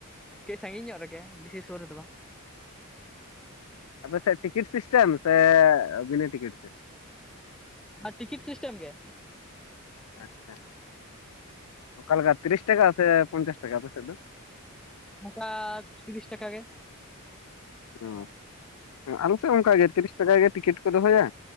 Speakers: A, in the centre; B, on the left.
A: ᱠᱟᱹᱡ ᱥᱟᱺᱜᱤᱧ ᱧᱚᱜ ᱨᱮᱜᱮ ᱵᱮᱥᱤ ᱥᱳᱨ ᱨᱮᱫᱚ ᱵᱟᱝ᱾
B: ᱟᱯᱮ ᱥᱮᱫ ᱴᱤᱠᱤᱴ ᱥᱤᱥᱴᱮᱢ ᱥᱮ ᱵᱤᱱᱟᱹ ᱴᱤᱠᱤᱴ ᱛᱮ?
A: ᱵᱟ ᱴᱤᱠᱤᱴ ᱥᱤᱥᱴᱮᱢ ᱜᱮ᱾
B: ᱟᱪᱪᱷᱟ ᱚᱠᱟ ᱞᱮᱠᱟ ᱛᱤᱨᱤᱥ ᱴᱟᱠᱟ ᱥᱮ ᱯᱚᱧᱪᱟᱥ ᱴᱟᱠᱟ ᱟᱯᱮᱥᱮᱫ ᱫᱚ?
A: ᱱᱚᱠᱟ ᱛᱤᱨᱤᱥ ᱴᱟᱠᱟ ᱜᱮ?
B: ᱚ ᱟᱞᱮ ᱥᱮᱫ ᱚᱱᱠᱟ ᱜᱮ ᱛᱤᱨᱤᱥ ᱴᱟᱠᱟ ᱜᱮ ᱴᱤᱠᱤᱴ ᱠᱚ ᱫᱚᱦᱚᱭᱟ